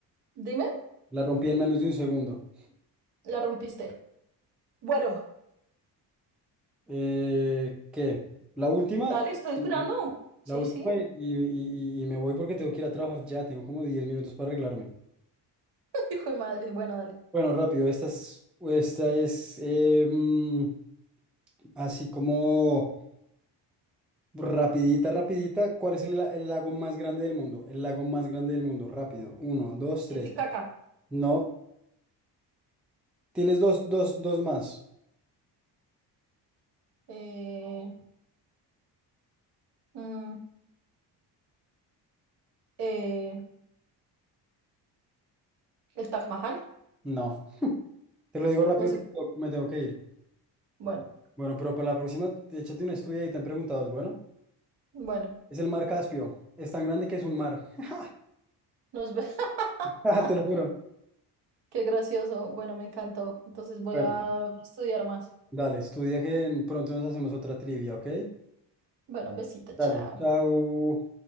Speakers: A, on the right; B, in the centre.
A: Dime,
B: La rompí en menos de un segundo.
A: la rompiste. Bueno,
B: Eh, ¿qué? La última,
A: dale, estoy
B: y-
A: esperando.
B: y-
A: Sí,
B: la última
A: sí.
B: y, y- y- y me voy porque tengo que ir a trabajar ya. Tengo como 10 minutos para arreglarme.
A: <laughs> Hijo de madre, bueno, dale.
B: Bueno, rápido, esta es, esta es em, así como... Rapidita, rapidita. ¿Cuál es el, la- el lago más grande del mundo? El lago más grande del mundo. Rápido. Uno, dos, tres.
A: Titicaca.
B: No. Tienes dos, dos, dos más.
A: Eh, mm, eh, el Taj Mahal.
B: No. Te lo digo rápido
A: No sé.
B: que me tengo que ir.
A: Bueno,
B: Bueno, pero para la próxima, échate un estudio y te han preguntado. es Bueno,
A: bueno,
B: es el mar Caspio. Es tan grande que es un mar. <laughs>
A: nos vemos.
B: Ah,
A: <laughs>
B: te lo juro.
A: Qué gracioso. Bueno, me encantó. Entonces voy
B: Bueno,
A: a estudiar más.
B: dale, estudia que en- pronto nos hacemos otra trivia, ¿ok?
A: Bueno, un besito,
B: Dale,
A: chao.
B: chao.